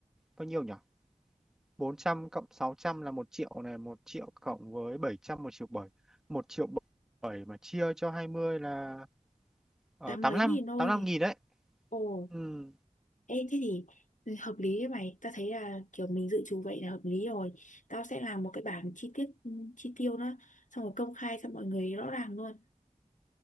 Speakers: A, in the centre; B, on the left.
A: bao nhiêu nhỉ bốn trăm cộng 600 là một triệu này, một triệu cộng với bảy trăm một triệu bảy một triệu bảy mà chia cho 20 là ờ,
B: Tám
A: tám
B: mấy
A: mươi lăm
B: nghìn thôi.
A: tám mươi lăm nghìn đấy.
B: Ồ,
A: Ừ,
B: Ê, thế thì hợp lý đấy mày. Tao thấy là kiểu mình dự trù vậy là hợp lý rồi. Tao sẽ làm một cái bảng chi tiết ừ, chi tiêu đó. Xong rồi công khai cho mọi người rõ ràng luôn.